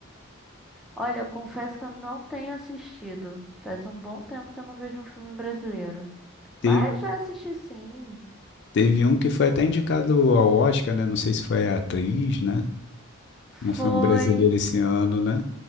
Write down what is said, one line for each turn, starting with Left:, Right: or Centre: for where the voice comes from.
Centre: Olha, eu confesso que eu não tenho assistido. Faz um bom tempo que eu não vejo um filme brasileiro.
Left: Teve,
Centre: Mas já assisti sim.
Left: teve um que foi até indicado ao Oscar, né? Não sei se foi a atriz, né? Um filme
Centre: Foi,
Left: brasileiro esse ano, né?